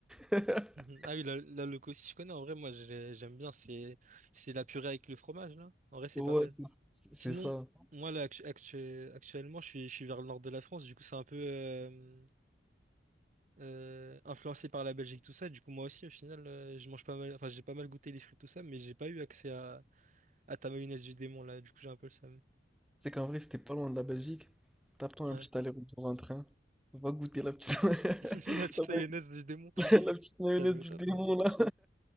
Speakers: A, in the centre; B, on the right.
A: <laughs>
B: Mhm. Ah oui, la là, le aussi, je connais. En vrai, moi, j'ai- j'aime bien. C'est c'est la purée avec le fromage, là. En vrai, c'est
A: Ouais,
B: pas mal.
A: c'est c'est-
B: Sinon,
A: c'est ça.
B: moi, là, actu- actu- actuellement, je suis, je suis vers le nord de la France. Du coup, c'est un peu euh, euh, influencé par la Belgique, tout ça. Du coup, moi aussi, au final, euh, je mange pas mal. Enfin, j'ai pas mal goûté les frites tout ça, mais j'ai pas eu accès à, à ta mayonnaise du démon, là. Du coup, j'ai un peu le seum.
A: C'est qu'en vrai, c'était pas loin de la Belgique. Tape-toi un
B: Ouais.
A: petit aller-retour en train. Va goûter la petite, <laughs>
B: <laughs> La petite
A: la,
B: mayonnaise du démon.
A: ma- la petite mayonnaise
B: T'as joué
A: du
B: au top,
A: démon,
B: hein?
A: là.